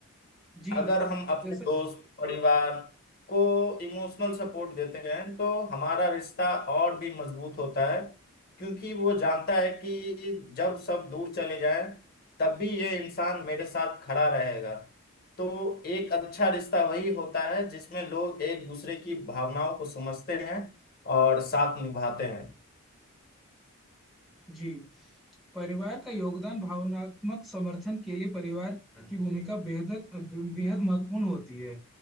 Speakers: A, in the centre; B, on the left.
A: जी
B: अगर हम अपने
A: जैसे
B: दोस्त परिवार को इमोशनल सपोर्ट देते हैं तो हमारा रिश्ता और भी मजबूत होता है क्योंकि वो जानता है कि जब सब दूर चले जाएं तब भी ये इंसान मेरे साथ खड़ा रहेगा तो एक अच्छा रिश्ता वही होता है जिसमें लोग एक दूसरे की भावनाओं को समझते हैं और साथ निभाते हैं
A: जी परिवार का योगदान भावनात्मक समर्थन के लिए परिवार की भूमिका बेहद बेहद महत्वपूर्ण होती है